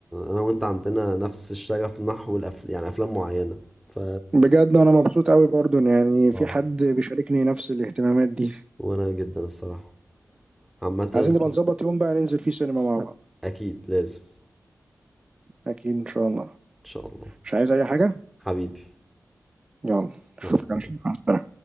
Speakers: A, in the centre; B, on the right.
A: انا وانت عندنا نفس الشغف نحو الأف... يعني افلام معينة ف
B: بجد أنا مبسوط أوي برضه إن يعني
A: اه
B: في حد بيشاركني نفس الاهتمامات دي
A: وانا جدا الصراحة عامة
B: عايزين نبقى
A: شوف
B: نظبط يوم بقى ننزل فيه سينما مع بعض
A: اكيد لازم
B: أكيد إن شاء الله
A: ان شاء الله
B: مش عايز أي حاجة
A: حبيبي
B: يلا اشوفك
A: مع السلامة
B: على خير مع السلامة